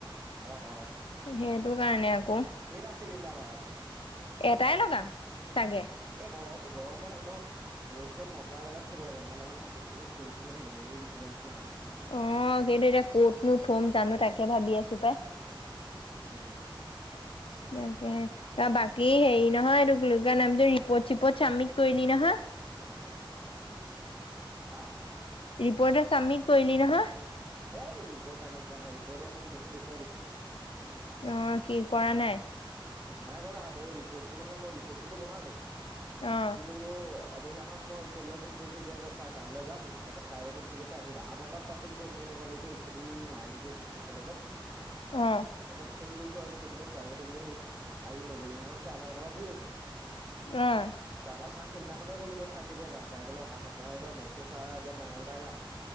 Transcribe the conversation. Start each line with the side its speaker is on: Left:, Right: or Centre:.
Right: অ', অ'।
Left: সেইটো কাৰণে আকৌ।
Right: কেইটা চিলিণ্ডাৰ লগাবি?
Left: এটাই লগাম চাগে।
Right: এই গৰম গৰমত একদম ৰ'দ চ'দ নপৰা জেগাত থ'ব লাগে নহলে মানে বস্তুটো ফুলখিনি মৰহি গুচি যোৱা নিচিনা হয়।
Left: অ', সেইটো এতিয়া কতনো থম জানো তাকে ভাবি আছো পাই।
Right: উম
Left: তাকে ত' বাকী হেৰি নহয় এটো কি বুলি কয় নামটো ৰিপৰ্ট চিপৰ্ট চাবমিট কৰিলি নহয়?
Right: এয়া আমাৰ ইয়াত আছে নে হাঁ
Left: ৰিপৰ্ট চাবমিট কৰিলি নহয়?
Right: সেই ৰিপৰ্ট চাবমিট কৰা নাই, ৰিপৰ্টে মোক বিহু দেখুৱাই দিছে।
Left: অ', কি কৰা নাই?
Right: নাই কৰা তোৰ ৰিপৰ্টটো মানে মই ৰিপৰ্টটোতো বনালো
Left: অ
Right: কিন্তু এদিনাখন মই হ'লে ফোন কৰিছোঁ যে ছাৰ কাইলৈ যাম তাৰপৰা ছাৰে কৈছে ঠিক আছে আহিবা আধাপা পাইছোগে দেই মোৰ এনেুৱা লাগিছে এছ অ দি নাই নেকি কলেজত
Left: অ
Right: তাৰপিছত ফোন কৰিছো, আৰু এইচচ ও ডি লে ছাৰে কৈছে বোলে সেই আজি নগ'লো নহয়, সেই আধা বাটৰ পৰা ঘুৰি আহিছোঁ।
Left: উম।
Right: তাৰপৰা চাৰক সিদিনাখনেই ক'লো যে চাৰ কেতিয়া যাম, চাৰে ক'লে অহা সপ্তাহে আহিবা, মই কৈছো চাৰ মই মঙগলবাৰে যাম।